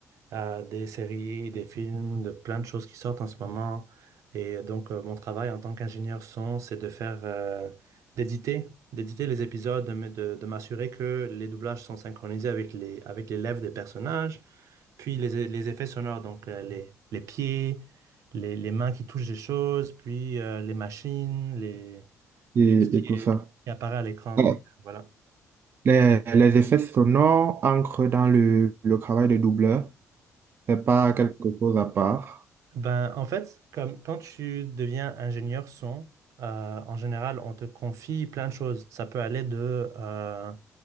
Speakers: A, on the right; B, on the right.
A: à des séries, des films, de plein de choses qui sortent en ce moment. Et donc, euh, mon travail en tant qu'ingénieur son, c'est de faire, euh, d'éditer, d'éditer les épisodes, de, m- de- de m'assurer que les doublages sont synchronisés avec les, avec les lèvres des personnages, puis les, les effets sonores, donc euh, les, les pieds, les, les mains qui touchent des choses, puis euh, les machines, les,
B: Et,
A: tout ce qui
B: et tout
A: est,
B: ça.
A: qui apparaît à l'écran.
B: Ah,
A: Donc, voilà.
B: Les, les effets sonores entrent dans le, le travail de doubleur. C'est pas quelque chose à part.
A: Ben, en fait, comme quand tu deviens ingénieur son, euh, en général, on te confie plein de choses. Ça peut aller de euh,